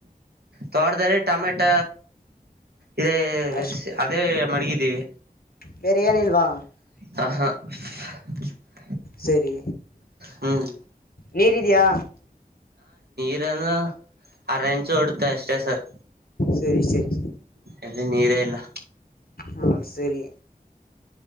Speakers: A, on the right; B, on the left.
A: ತೋಡ್ದಾರೆ ಟಮೆಟ ಪಟ್ಟ ಇದೇ
B: ಅಷ್ಟ್
A: ಅದೇ ಮಡಗಿದ್ದೀವಿ
B: ಬರಿ್ಯಾಣಿಿಲ್ಲಲ್ವಾ
A: ಹ
B: ಸರಿ
A: ಹ್ಮ್
B: ನೀರ್ ಇದಯಾ
A: ಎನ್ನು ಅರ ಇಂಚು ಹೊಡುತ್ತೆ ಅಷ್ಟೇ ಸರ್
B: ಸರಿ ಸರಿ
A: ಎಲ್ಲಿ ನೀರೇ ಇಲ್ಲ
B: ಹ ಸರಿ